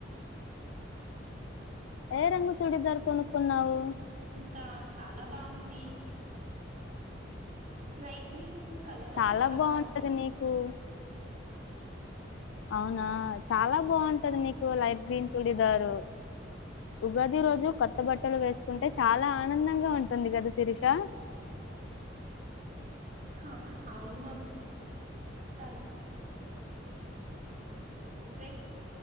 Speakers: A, on the left; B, on the right.
A: ఏ రంగు చుడిదార్ కొనుకున్నావు
B: త చాలా బాగుంది లైట్ గ్రీన్ కలర్
A: చాలా బాగుంటది
B: బాగుంది
A: నీకు అవునా చాలా బాగుంటది నీకు లైఫ్ గ్రీన్ చూడిదారు ఉగాది రోజు కొత్త బట్టలు వేసుకుంటే చాలా ఆనందంగా ఉంటుంది కదా సిరిషా
B: హ, అవును త తే